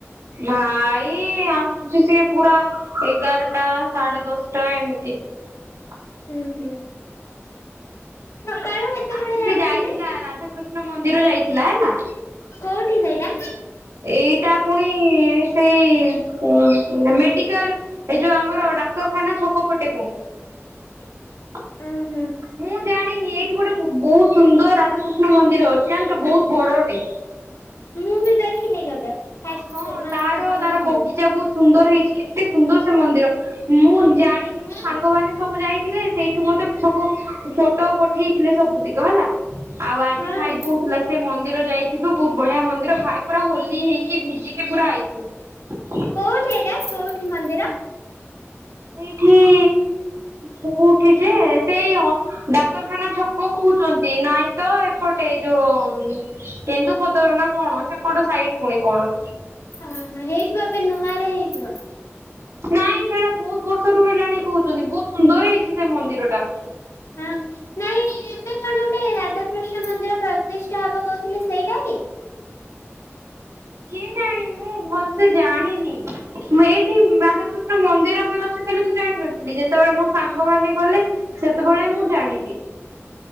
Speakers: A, on the right (about 80°); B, on the left (about 85°).
A: ଭାଇ ଆସୁଛି ସିଏ ପୁରା ଏଗାରଟା ସାଢେ ଦଶଟା ଏମିତି। <unintelligible>
B: ହୁଁ ହୁଁ। ସକାଳୁ କେତେବେଳେ
A: ଆଜି
B: ଯାଉଛନ୍ତି?
A: ସେ ଯାଇଥିଲା ରାଧାକୃଷ୍ଣ ମନ୍ଦିର ଯାଇଥିଲା ହେଲା।
B: କୋଉଠି ସେଇଟା?
A: ଏଇଟା ପୁଣି ସେଇ ମେଡିକାଲ ଏ ଯୋଉ ଆମର ଡାକ୍ତର ଖାନ ଛକ ପଟେ <unintelligible>
B: ହଁ ହୁଁ।
A: ମୁଁ ଜାଣିନି ଏଇଠି ଗୋଟେ ବହୁତ ସୁନ୍ଦର ରାଧାକୃଷ୍ଣ ମନ୍ଦିର ଅଛି ଜାଣିଛ ବହୁତ ବଡଟେ।
B: ମୁଁ ବି ଦେଖିନି କେବେ? ଫାଷ୍ଟ
A: ହଁ
B: ମାନେ
A: ତାର
B: ପ୍ରଥମେ
A: ତାର
B: ଶୁଣି
A: ବଗିଚା ବହୁତ ସୁନ୍ଦର ହେଇଛି କେତେ ସୁନ୍ଦର ସେ ମନ୍ଦିର ମୁଁ ଜାଣିନି ମୋ
B: ହଁ
A: ସାଙ୍ଗମାନେ ସବୁ ଯାଇ ଥିଲେ ସେଇଠୁ ମତେ ସବୁ ଫଟୋ ପଠେଇଥିଲେ ସବୁତିକ ହେଲା। ଆଉ ଆଜି
B: ହଁ
A: ଭାଇ କୋହୁଥିଲା ସେ ମନ୍ଦିର ଯାଇଥିଲୁ ବହୁତ ବଢିଆ ମନ୍ଦିର ଭାଇ ପୁରା ହୋଲି ହେଇ କି ଭିଜିିକି ପୁରା ଆଇଥିଲୁ।
B: କୋଉଠି ଏଇଟା କୋଉଠି ମନ୍ଦିର?
A: ଏଇଠି କୋଉଠି ଯେ ସେଇ ଡାକ୍ତରଖାନା ଛକ କହୁଛନ୍ତି ନାଇଁ ତ ଏପଟ ଗୋଟେ ଯୋଉ କେନ୍ଦୁପତର ନା କଣ ସେପଟ ସାଇଟ ପୁଣି କଣ।
B: ଅ ହେଇଥିବ ଏବେ ନୂଆରେ ହେଇଥିବ।
A: ନାଇଁ ସେଇଟା ବହୁତ ବର୍ଷ ର ହେଲାଣି କହୁଛନ୍ତି ବହୁତ ସୁନ୍ଦର ହେଇଛି ସେ ମନ୍ଦିର ଟା।
B: ହଁ ନାଇଁ ଏବେ କଣ ଗୋଟେ ରାଧାକୃଷ୍ଣ ମନ୍ଦିର ପ୍ରତଷ୍ ଟା ହବ କହୁଥିଲେ ସେଇଟା କି?
A: କିଏ ଜାଣି ମୁଁ ଭଲସେ ଜାଣିନି ଏଇଠି ରାଧାକୃଷ୍ଣ ମନ୍ଦିର ବି ଅଛି ବୋଲି ମୁଁ ଜାଣିନଥିଲି ଯେତେବେଳେ ମୋ ସାଙ୍ଗ ମାନ ଗଲେ ସେତେବେଳେ ମୁଁ ଜାଣିଲି।